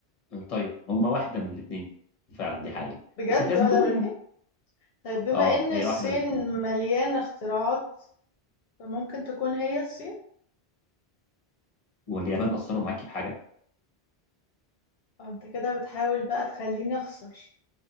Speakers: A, on the left (about 35°); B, on the left (about 65°).
A: طيب هما واحدة من الاثنين فعلا دي حقيقة
B: بجد
A: بس انت لازم
B: واحدة
A: تقول
B: من الاتنين
A: يعني
B: طيب بما
A: اه
B: ان
A: هي
B: الصين
A: واحدة من الاثنين
B: مليانة اختراعات فممكن تكون هي الصين
A: واليابان أثروا معاكي في حاجة
B: آه، انت كده بتحاول بقى تخليني اخسر